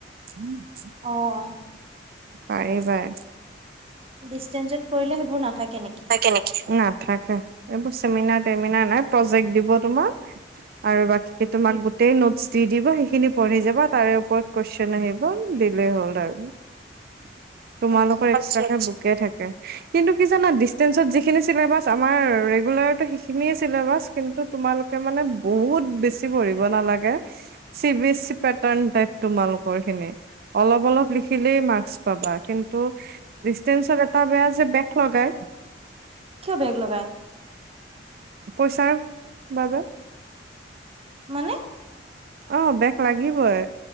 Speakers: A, on the right (about 55°); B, on the right (about 35°).
A: হম
B: অ',
A: পায়-পায়।
B: ডিষ্টেঞ্চত কৰিলে সেইবোৰ নাথাকে নেকি
A: কে নেকি নাথাকে এইবোৰ চেমিনাৰ টেমিনাৰ নাই প্ৰজেক্ট দিব তোমাক? আৰু বাকী তোমাৰ গোটই নোটছ দি দিব সেইখিনি পঢ়ি যাবা তাৰে ওপৰত কুৱেশন আহিব দিলেই হ'ল আৰু।
B: <unintelligible>
A: তোমালোকৰ
B: আচ্ছা আচ্ছা
A: এক্সট্ৰাকে বুকে থাকে কিন্তু কি জানা ডী <unintelligible> টেঞ্চত যিখিনি চিলেবাছ আমাৰ ৰেগুলাৰতো সেইখিনিয়ে চিলেবাছ কিন্তু তোমালোকে মানে বহুত খোব বেছি পঢ়িব নালাগে চি বি এ চি প্ৰেটান ত্ৰাইপ তোমালোকৰ খিনি অলপ অলপ লিখিলেই মাস্ক পাবা কিন্তু ডিষ্টেঞত এটা বেয়া যে বেক লগাই।
B: কিয় বেক লগাই?
A: পইচাৰ বাবে।
B: মানে
A: অ, বেক লাগিবই